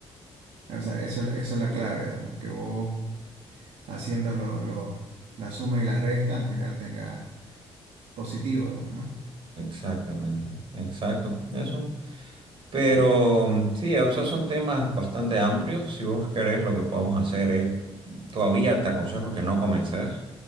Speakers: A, on the right; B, on the right.
A: O sea, eso, eso es la clave, digamos, que vos haciendo lo- lo- la suma y la resta, al final tengas positivo, digamos, ¿no?
B: exactamente. Exacto. Eso. Pero mm, sí, o sea, son temas bastante amplios. Si vos querés, lo que podemos hacer es, todavía te aconsejo que no comences,